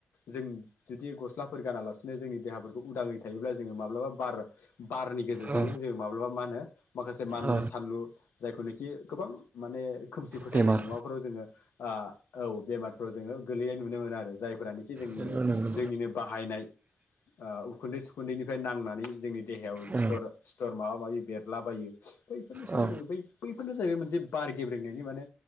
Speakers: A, on the left; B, on the right.
A: जों जुदि गस्लाफोर गानालासिनो जोंनि देहाफोरखौ उदाङै थायोब्ला जोङो माब्लाबा बार बारनि गेजेरजोंनो
B: औ
A: जोङो माब्लाबा मा होनो माखासे मानलु
B: औ
A: सानलु जायखौनोखि गोबां माने खोमसि फोथायनाय
B: बेमार
A: मुवाफोराव जोङो ओ औ बेमारफोर जोङो गोलैनाय नुनो मोनो आरो जायफ्रानोखि जोंनिनो
B: नंगौ
A: जोंनिनो
B: नंगौ
A: बाहायनाय ओ उखुन्दै सुखुन्दैनिफाय नांनानै जोंनि देहायाव
B: औ
A: सिथर सिथर माबा माबि बेरलाबायो बैफोरनि सायाव
B: औ
A: जोङो बै बैफोरनो जाहैबाय मोनसे बार गेब्रेंनायनि माने